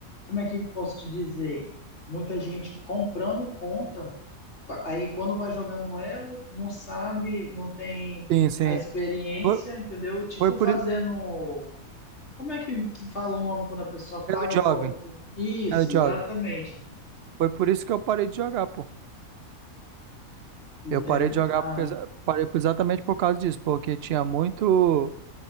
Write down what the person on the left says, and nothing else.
como é que posso te dizer? Muita gente comprando conta. Pa- Aí quando vai jogar no elo, não sabe, não tem
a experiência,
entendeu? Tipo
fazendo.
Como é que fala o nome quando a pessoa paga
para outra pessoa? Isso,
exatamente.
Entende?
Ah,